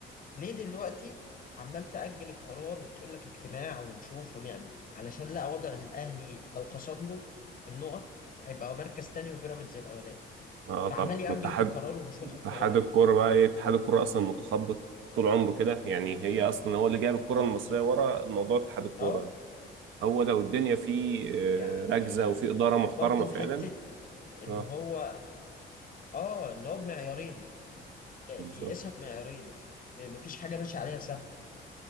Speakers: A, on the left (about 45°); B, on the right (about 80°).
A: ليه دلوقتي عمال تأجل القرار وتقول لك اجتماع ونشوف ونعمل علشان لا وضع الاهلي لو خصم له النقط هيبقى مركز تاني وبيراميدز الاولاني
B: اه
A: فعمال
B: طبعا
A: يأجل
B: الاتحاد
A: في القرار ومش واخد
B: اتحاد
A: قرار
B: الكوره بقى ايه اتحاد الكوره اصلا متخبط طول عمره كده يعني هي اصلا هو اللي جايب الكره المصريه ورا موضوع اتحاد الكوره
A: اه
B: ده هو لو الدنيا فيه آه،
A: يعني
B: ركزه وفي اداره محترمه
A: برضو
B: فعلا
A: حته ان
B: اه
A: هو اه اللي هو بمعيارين بيقيسها
B: بالظبط
A: بمعيارين م- مفيش حاجه ماشيه عليها ثابته